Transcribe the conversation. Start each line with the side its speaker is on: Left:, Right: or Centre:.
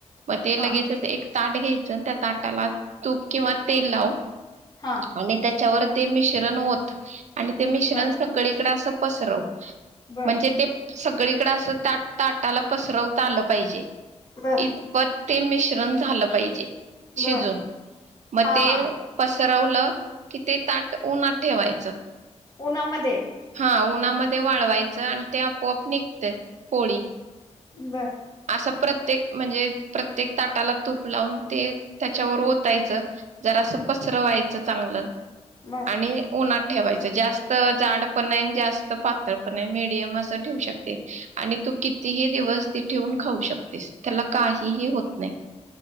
Right: म ते
Left: हा
Right: लगेचच एक- ताट घ्यायचं त्या ताटाला तूप किंवा तेल लाव.
Left: हा.
Right: आणि त्याच्यावर- ते मिश्रण ओत. आणि ते मिश्रण
Left: बर
Right: सगळी- तिकड असं पसरव.
Left: बर
Right: म्हणजे ते. सगळीकडे अस ताट ताटाला पसरवता आलं पाहिजे.
Left: बर
Right: इतपत. ते मिश्रण झालं पाहिजे. शिजून
Left: बर
Right: मग
Left: हा
Right: ते
Left: हा
Right: पस सरवलं की ते ताट उन्हात ठेवायचं.
Left: उन्हामध्ये.
Right: ह उन्हामध्ये वाळवायचं आण ते. आपोआप निघते पोळी.
Left: बरं.
Right: अस प्रत्येक म्हणजे प्रत्येक ताटाला तूप लावून ते त्याच्यावर ओतायचं. जरा असं
Left: हम्म
Right: पसरंवायचं. चांगलं.
Left: बर.
Right: आणि उन्हात. ठेवायच जास्त जाड पण नाही जास्त पातळ पण नाही मेडियम अस ठेउ शकते, आणि तू कितीही दिवस ते ठेवून खाऊ शकतेस त्याला काहीही होत नाही.